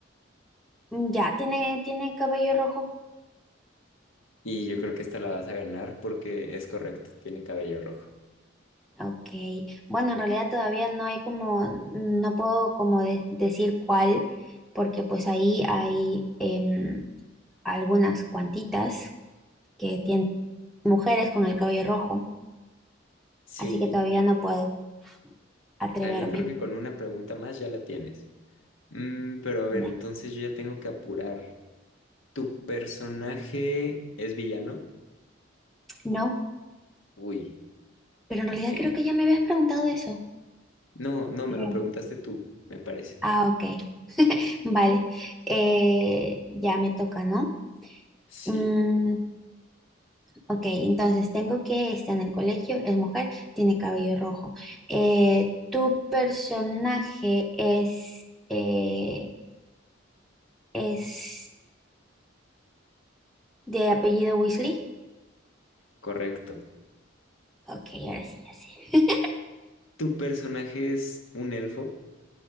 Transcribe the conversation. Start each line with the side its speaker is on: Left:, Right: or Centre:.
Centre: ya, tiene, tiene cabello rojo
Left: Y yo creo que esta la vas a ganar porque es correcto, tiene cabello rojo.
Centre: Ok, bueno, en realidad todavía no hay como, no puedo como de- decir cuál, porque pues ahí hay em, algunas cuantitas que tienen mujeres con el cabello rojo,
Left: Sí,
Centre: así que todavía no puedo atreverme.
Left: a ver, yo creo que con una pregunta más ya la tienes. Mm, pero a ver,
Centre: No,
Left: entonces yo ya tengo que apurar. ¿Tu personaje es villano?
Centre: No,
Left: Uy,
Centre: pero en
Left: ok.
Centre: realidad creo que ya me habías preguntado eso.
Left: No, no,
Centre: Creo.
Left: me lo preguntaste tú, me parece.
Centre: Ah, ok, vale, Eh, ya me toca, ¿no?
Left: Sí,
Centre: Mm, Ok, entonces tengo que está en el colegio, es mujer, tiene cabello rojo. Eh, ¿tu personaje es, eh, es de apellido Weasley?
Left: correcto.
Centre: Ok, ahora sí, ya sé.
Left: ¿Tu personaje es un elfo?